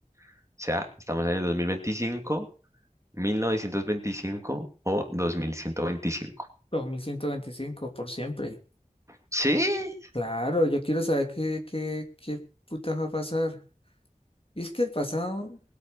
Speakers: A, on the right; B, on the left.
A: O sea, estamos en el dos mil mil veinticinco, mil novecientos veinticinco o 2125.
B: 2125 por siempre.
A: ¿Sí?
B: Claro, yo quiero saber qué, qué, qué putas va a pasar. Y es que el pasado,